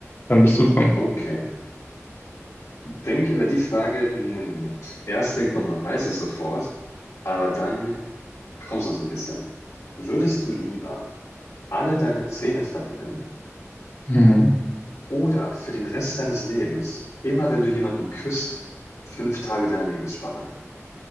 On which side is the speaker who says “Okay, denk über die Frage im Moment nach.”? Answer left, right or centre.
Left